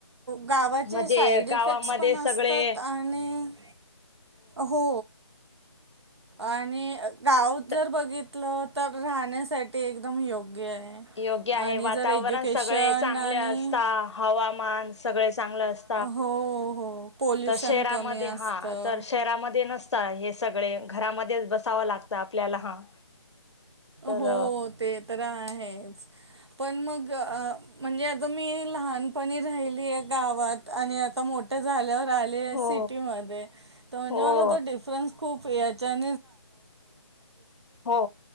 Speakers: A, on the right (about 60°); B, on the left (about 65°).
A: गावाचे
B: म्हणजे
A: साईड इफेक्ट्स
B: गावामध्ये
A: पण
B: सगळे
A: असतात आणि हो आणि गाव
B: त
A: जर बघितलं तर राहण्यासाठी एकदम योग्य आहे
B: योग्य आहे
A: आणि
B: वातावरण
A: जर एज्युकेशन
B: सगळे चांगले
A: आणि
B: असत हवामान सगळे चग अस
A: हो हो पोल्युशन
B: तर शरामध्ये
A: कमी असतं
B: हा तर शरामध्ये न हे सगळे घरामध्येच बसावं लागत आपल्याला हा तर
A: हो ते तर आहेच पण मग म्हणजे मी लहानपणी राहिली आहे गावात आणि आता मोठ्या झाल्यावर
B: हो
A: सटी म म्हणजे मला
B: हो
A: त
B: हो
A: डिफरन्स खूप याच्या <inaudible>
B: हो